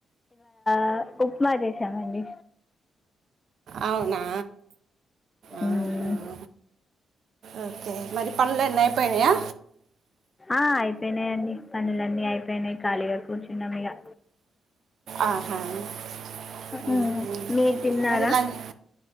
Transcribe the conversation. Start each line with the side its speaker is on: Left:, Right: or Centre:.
Left: ఆహ్ ఉప్మా చేసాము అండి
Right: అవునా ఆహ్
Left: మ్మ్.
Right: ఆ ఓకే మరి పనులన్నీ అయిపోయినయా
Left: ఆ అయిపోయినాయండి పనులన్నీ అయిపోయినాయి ఖాళీగా కూర్చున్నాం ఇగా
Right: ఆహా హమ్
Left: మ్మ్. మీరు తిన్నారా
Right: మరి లంచ్